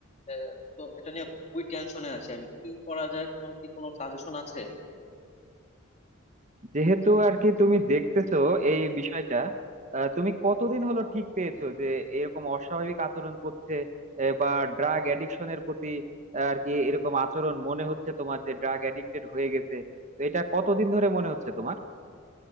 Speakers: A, on the left (about 35°); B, on the right (about 35°).
A: আহ, তো এটা নিয়ে খুবই টেনশনে আছি আমি কি করা যায় তোমার কি কোনো সাজেশন আছে
B: যেহেতু আর কি তুমি দেখতেছো এই বিষয়টা আহ, তুমি কতদিন হলো ঠিক পেয়েছো যে এরকম অস্বাভাবিক আচরণ করছে আহ, বা ড্রাগ অ্যাডিকশনের প্রতি আহ, আর কি এরকম আচরণ মনে হচ্ছে তোমার যে ড্রাগ অ্যাডিক্টেড হয়ে গেছে তো এটা কতদিন ধরে মনে হচ্ছে তোমার